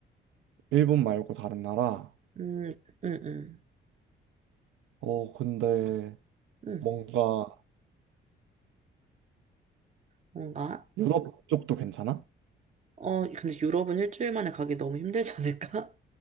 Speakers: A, on the right (about 80°); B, on the right (about 35°).
A: 일본 말고 다른 나라
B: 음, 음, 음,
A: 어 근데
B: 음,
A: 뭔가
B: 뭔가?
A: 유럽 쪽도 괜찮아?
B: 어, 근데 유럽은 일주일 만에 가기 너무 힘들지 않을까?